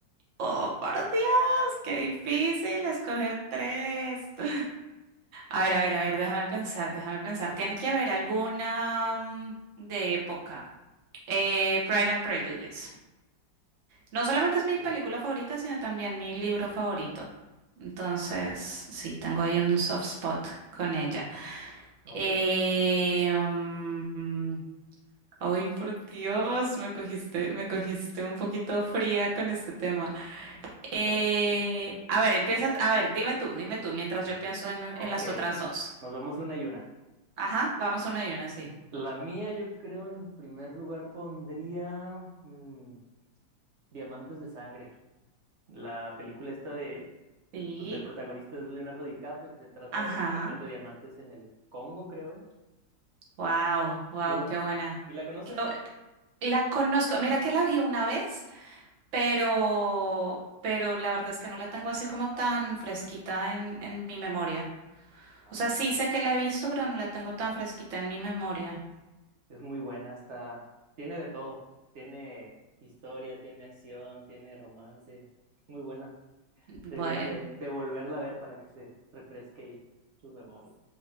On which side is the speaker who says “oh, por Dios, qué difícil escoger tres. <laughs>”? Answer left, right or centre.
Right